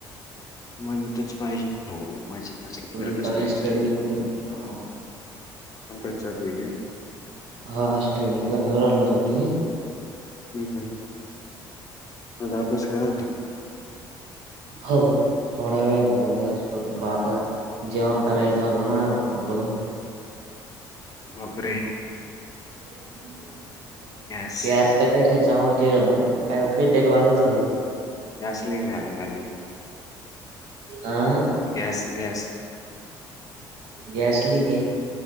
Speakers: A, on the left (about 35°); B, on the right (about 70°).
A: माज तरच पाहिजे हो माज न
B: थोडी
A: तर
B: चालू
A: करीक्षा
B: स्टडी वगैरे. हा
A: अंबेदसरलीक
B: हा स्टडी करलं ोडी
A: हम् हम आता अभ बस गरात
B: हो. थोडा वेळ झाला आता जेवण करायचं होतं नाथां.
A: बकरे.
B: सां.
A: यस.
B: ते आता कशाचा आवाज येत होत का काहीतरी वाजत होत.
A: राह ना खाली
B: आा
A: गॅस गॅस
B: गॅस लक आहे.